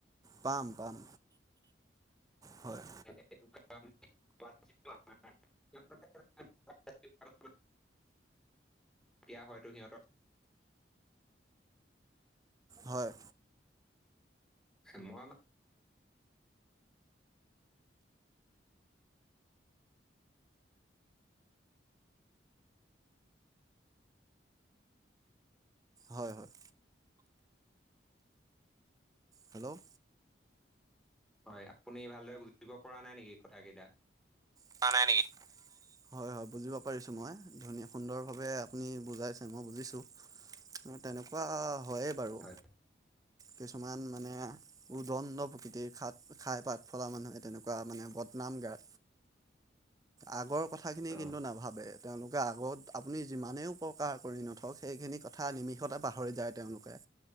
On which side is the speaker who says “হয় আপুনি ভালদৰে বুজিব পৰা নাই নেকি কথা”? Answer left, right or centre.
Centre